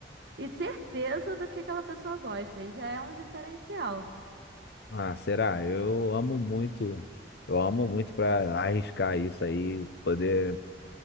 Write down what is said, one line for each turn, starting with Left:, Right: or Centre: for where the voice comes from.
Right: e certeza do que aquela pessoa gosta. Aí já é um diferencial.
Left: Ah, será? Eu amo muito. Eu amo muito pra arriscar isso aí, poder